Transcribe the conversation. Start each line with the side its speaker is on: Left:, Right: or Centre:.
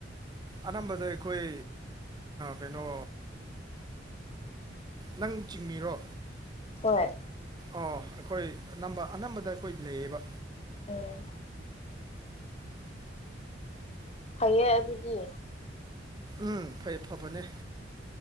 Right: ꯑꯅꯝꯕꯗ ꯑꯩꯈꯣꯏ ꯀꯩꯅꯣ ꯅꯪ ꯆꯤꯡꯃꯤꯔꯣ
Left: ꯍꯣꯏ
Right: ꯑꯣ ꯑꯩꯈꯣꯏ ꯑꯅꯝꯕ ꯑꯅꯝꯕꯗ ꯑꯩꯈꯣꯏ ꯂꯩꯌꯦꯕ
Left: ꯑꯣꯝ ꯐꯩꯌꯦ ꯑꯗꯨꯗꯤ
Right: ꯎꯝ ꯐꯩ ꯐꯕꯅꯦ